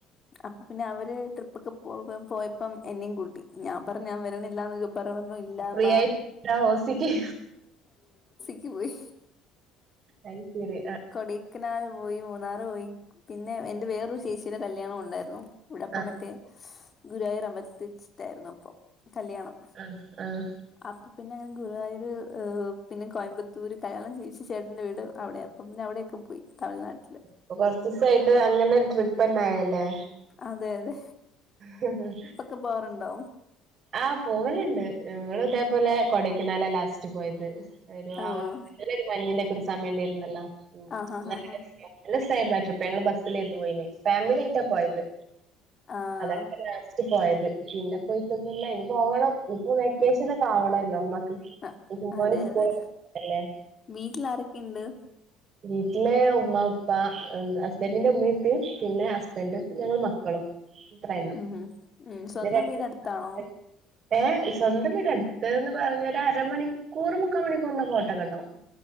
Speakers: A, on the left; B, on the right.
A: അപ്പൊ പിന്നെ അവര് ട്രിപ്പൊക്കെ. പോകും പോയപ്പം എന്നെയും കൂട്ടി ഞാൻ പറഞ്ഞു ഞാൻ വരണില്ല എന്നൊക്കെ പറ പറഞ്ഞു ഇല്ലാന്ന്.
B: ഏയ്‌ ഞാൻ ഓസിക്ക്.
A: ഇ പോയി
B: അയി ശെരി.
A: കൊടക്കനാല് പോയി മൂന്നാർ പോയി പിന്നെ എന്റെ വേറൊരു ചേച്ചിടെ കല്യാണം ഉണ്ടായിരുന്നു. ഇവിടപ്പം
B: ആ
A: മറ്റേ ഗുരുവായൂർ അമ്പലത്തി വച്ചിട്ടായിരുന്നു അപ്പൊ കല്യാണം.
B: ആഹ ആഹ!
A: അപ്പൊ പിന്നെ ഞാൻ ഗുരുവായൂർ പിന്നെ കോയമ്പത്തൂര് കല്യാണം കഴിച്ച ചേട്ടന്റെ വീട് അവിടെയാ. പിന്ന അവിടെയക്കെ പോയി തമിഴ്നാട്ടിൽ.
B: അപ്പൊ കൊറച്ച് ദിവസമായിട്ട് അങ്ങനെ ഒരു ട്രിപ്പ് തന്നെ ആയല്ലേ?
A: അതെ അതെ.
B: ഹ് ഹ്.
A: ട്രിപ്പ് പോവാറുണ്ടോ
B: ആഹ പോവലുണ്ട് ഞങ്ങള് ഇതേപോലെ കൊടക്കനാല ലാസ്റ്റ് പോയത്. ഒരു ആഹ
A: ആണോ
B: നല്ലരു മഞ്ഞിന്റെറെ ഒക്കെ ഒരു സമയം ഉണ്ടായിരുന്നല്ലോ ഉ
A: ആഹ് ഹാ ഹാ
B: നല്ല
A: ഹാ
B: ര നല്ല സായിരുന്നു ആ ട്രിപ്പ് ഞങ്ങള് ബസ്സിലെരുന്നു പോയിന് ഫാമിലി ആയിട്ടാ പോയത്.
A: ആഹ്
B: അതാണ്പ്പോ ലാസ്റ്റ് പോയത് പിന്നെ പോയിട്ടൊന്നില്ല ഇന് പോകണം. ഇപ്പൊ വെക്കേഷനൊക്കെ
A: ഉം
B: ആവണല്ലോ മക്കക്ക്
A: അ-
B: പൂ
A: അതെ
B: മോന് സ്കൂളല്ലേ.
A: അതെ വീട്ടിൽ ആരൊക്കെണ്ട്?
B: വീട്ടില് ഉമ്മ ഉപ്പ എന്താ ഹസ്ബൻഡ്ന്റെ ഉമ്മേം ഉപ്പേം പിന്നെ ഹസ്ബൻഡും ഞങ്ങൾ മക്കളും. അത്രേയുള്ളൂ
A: ഉം ഉം സ്വന്തം
B: പിന്നെ
A: വീട് അടുത്തതണോ?
B: രണ്ട് ഏ സ്വന്തം വീട് അടുത്ത്ന്ന് പറഞ്ഞൊ ഒരു അരമണിക്കൂർ മുക്ക മണിക്കൂറിന്റെ ഓട്ടക്കെണ്ടാാവും.